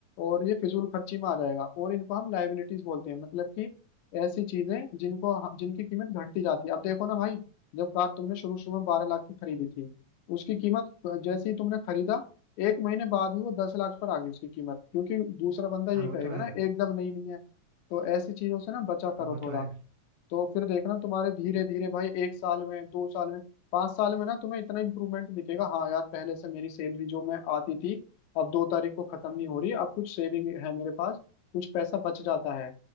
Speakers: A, on the left; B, on the right.
A: और ये फिजूल खर्ची में आ जाएगा और इनको हम लाइबिलिटीज बोलते हैं मतलब कि ऐसी चीजें जिनको जिनकी कीमत घटती जाती है अब देखो ना भाई जब कार तुमने शुरू शुरू में बारह लाख की खरीदी थी उसकी कीमत जैसे ही तुमने खरीदा एक महीने बाद ही वो दस लाख पर आ गई उसकी कीमत क्योंकि दूसरा बंदा ये
B: हाँ वो
A: कहेगा
B: तो है
A: ना एकदम नई नहीं है तो ऐसी चीजों से ना बचा
B: हाँ
A: करो
B: वो
A: थोड़ा
B: तो है
A: तो फिर देखना तुम्हारे धीरे
B: ये-
A: धीरे भाई एक साल में दो साल में पांच साल में ना तुम्हें इतना इम्प्रूवमेंट दिखेगा हाँ यार पहले से मेरी सैलरी जो मैं आती थी अब दो तारीख को खत्म नहीं हो रही अब कुछ सेविंग है मेरे पास कुछ पैसा बच जाता है